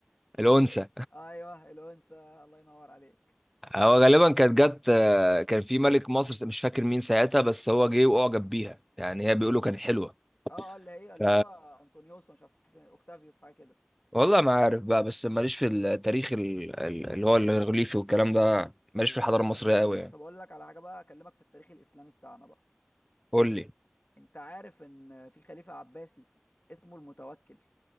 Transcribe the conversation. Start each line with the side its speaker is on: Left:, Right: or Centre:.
Centre: الانثى
Left: ال ال ايوه الأنثى الله ينور عليك
Centre: هو غالبا كانت جت آه، كان في ملك مصر مش فاكر مين ساعتها بس هو جه واعجب بيها يعني هي بيقولوا كانت حلوه
Left: اه اه اللي هي اللي
Centre: ف
Left: هو انطونيوس مش عارف كان اوكتافيوس حاجة كده
Centre: والله ما عارف بقى بس ماليش في التاريخ ال- ال- اللي هو الريليفي والكلام ده ماليش
Left: ايوه
Centre: في الحضاره
Left: ايوه
Centre: المصريه قوي يعني
Left: طب اقول لك على حاجة بقى اكلمك في التاريخ الإسلامي بتاعنا بقى
Centre: قول لي
Left: انت عارف ان في خليفة عباسي اسمه المتوكل